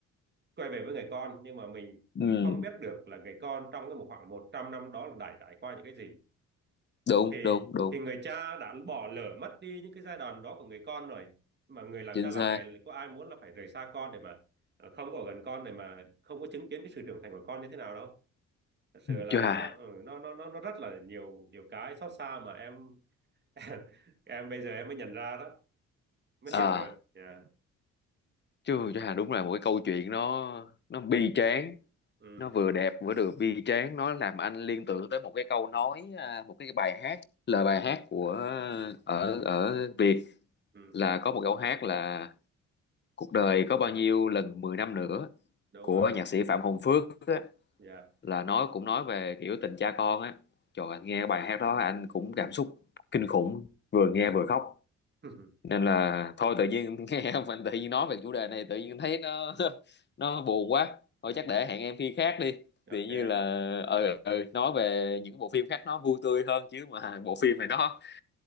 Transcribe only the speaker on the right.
quay về với người con nhưng mà mình
không biết được là người con trong cái một khoảng 100 năm đó là đã trải qua những cái gì
thì
thì người cha đã bỏ lỡ mất đi những cái giai đoạn đó của người con rồi mà người làm
cha làm
mẹ có ai muốn là phải rời xa con để mà ờ, không có ở gần con để mà không có chứng kiến cái sự trưởng thành của con như thế nào đâu thật sự là
nó ừ, nó nó nó nó rất là nhiều nhiều cái xót xa mà em <laughs> em bây giờ em mới nhận ra đó mới
hiểu được dạ
ừ,
ừ,
đúng
rồi
dạ
ừ,
ừ.
<laughs>
Ừ,
ok